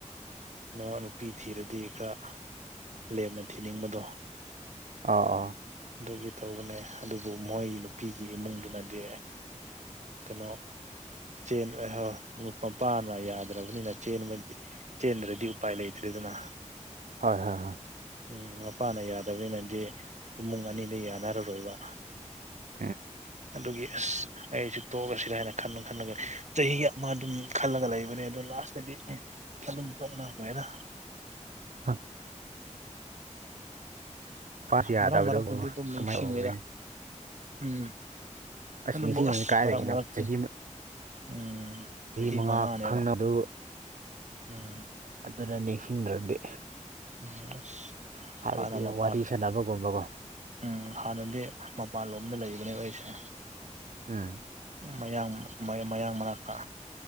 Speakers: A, on the right (about 65°); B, on the right (about 85°).
A: ꯅ ꯅꯨꯄꯤ ꯊꯤꯔꯗꯤ ꯈꯔ ꯂꯦꯝꯅ ꯊꯤꯅꯤꯡꯕꯗꯣ
B: ꯑꯥ ꯑꯣ
A: ꯑꯗꯨꯒꯤ ꯇꯧꯕꯅꯦ ꯑꯗꯨꯕꯨ ꯃꯣꯏ ꯅꯨꯄꯤꯒꯤ ꯏꯃꯨꯡꯗꯨꯅꯗꯤ ꯀꯥꯅꯣ ꯆꯦꯟ ꯍꯣ ꯃꯄꯥꯅ ꯌꯥꯗ꯭ꯔꯕꯅꯤꯅ ꯆꯦꯟꯕꯗꯤ ꯆꯦꯟꯗ꯭ꯔꯗꯤ ꯎꯄꯥꯏ ꯂꯩꯇ꯭ꯔꯦꯗꯅ
B: ꯍꯣꯏ ꯍꯣꯏ ꯍꯣꯏ
A: ꯎꯝ ꯃꯄꯥꯅ ꯌꯥꯗꯕꯅꯤꯅꯗꯤ ꯏꯃꯨꯡ ꯑꯅꯤꯗꯤ ꯌꯥꯅꯔꯔꯣꯏꯕ
B: <unintelligible>
A: ꯑꯗꯨꯒꯤ ꯑꯁ ꯑꯩꯁꯨ ꯇꯣꯛꯑꯁꯤꯔꯅ ꯈꯟꯅ ꯈꯟꯅꯒ ꯆꯍꯤ ꯑꯃ ꯑꯗꯨꯝ ꯈꯜꯂꯒ ꯂꯩꯕꯅꯦ ꯑꯗꯨ ꯂꯥꯁꯇꯗꯤ ꯑꯦ ꯑꯗꯨꯨꯝ ꯇꯣꯛꯅꯈ꯭ꯔꯦꯗ
B: ꯎꯝ ꯃꯥꯁꯨ ꯌꯥꯗꯕꯗꯨꯕꯨ
A: ꯃꯔꯛ ꯃꯔꯛꯇꯗꯤ ꯑꯗꯨꯝ ꯅꯤꯡꯁꯤꯡꯉꯤꯗ
B: ꯀꯃꯥꯏꯅ ꯑꯣꯏ
A: ꯎꯝ ꯑꯗꯨꯕꯨ
B: ꯅꯤꯡꯁꯤꯡꯉꯝꯅꯤ
A: ꯑꯁ
B: ꯀꯥꯏꯗꯒꯤꯅꯣ
A: ꯃꯔꯛ ꯃꯔꯛꯇ
B: ꯆꯍꯤ ꯃ-
A: ꯎꯝ ꯆꯍꯤ
B: ꯃꯉꯥ
A: ꯃꯉꯥꯅꯦꯕ
B: ꯈꯪꯅꯕꯗꯨ
A: ꯎꯝ
B: ꯑꯗꯨꯅ ꯅꯤꯡꯁꯤꯡꯗ꯭ꯔꯗꯤ
A: ꯑꯝ ꯑꯁ <unintelligible>
B: ꯍꯥꯏꯕꯗꯤ
A: ꯍꯥꯟꯅ ꯃꯄꯥꯟ
B: ꯋꯥꯔꯤ ꯁꯥꯟꯅꯕꯒꯨꯝꯕꯀꯣ
A: ꯎꯝ ꯍꯥꯟꯅꯗꯤ ꯃꯄꯥꯟ ꯂꯣꯝꯗ ꯂꯩꯕꯅꯦꯕ ꯑꯩꯁꯦ
B: ꯎꯝ
A: ꯃꯌꯥꯡ ꯃꯌꯥꯡ ꯃꯅꯥꯛꯇ